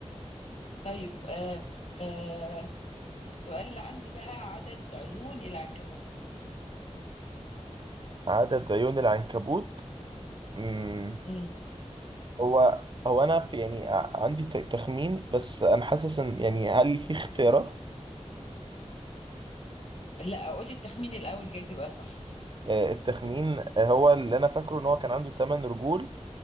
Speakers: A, on the left (about 60°); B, on the right (about 40°).
A: طيب آه آه سؤال اللي عندي بقى عدد عيون العنكبوت
B: عدد عيون العنكبوت امم
A: مم.
B: هو هو انا في يعني ع- عندي ت- تخمين بس انا حاسس ان يعني هل في اختيارات
A: لا اقول لي التخمين الاول جايز يبقى صح
B: آه، التخمين آه، هو اللي انا فاكره ان هو كان عنده 8 رجول